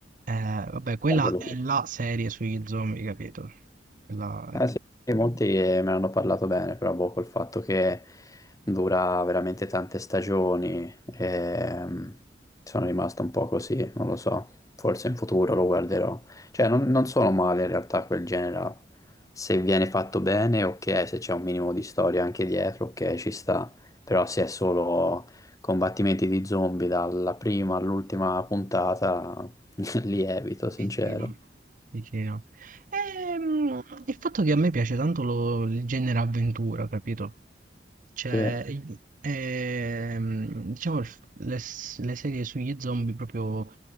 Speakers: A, on the right (about 50°); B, on the left (about 20°).
A: eh, vabbè, quella
B: Eh, quello
A: è la serie sugli zombie, capito? Quella
B: Ah,
A: è
B: sì, molti eh, me ne hanno parlato bene, però boh, col fatto che dura veramente tante stagioni, ehm, sono rimasto un po' così, non lo so, forse in futuro lo guarderò. Cioè, non, non sono male in realtà quel genere, là. se viene fatto bene, ok, se c'è un minimo di storia anche dietro, ok, ci sta, però se è solo combattimenti di zombie dalla prima all'ultima puntata, <laughs> li evito,
A: vicina,
B: sincero.
A: vicina. Ehm, il fatto che a me piace tanto lo- il genere avventura, capito? Cioè,
B: Sì.
A: i- ehm, diciamo, il f- le, s- le serie sugli zombie proprio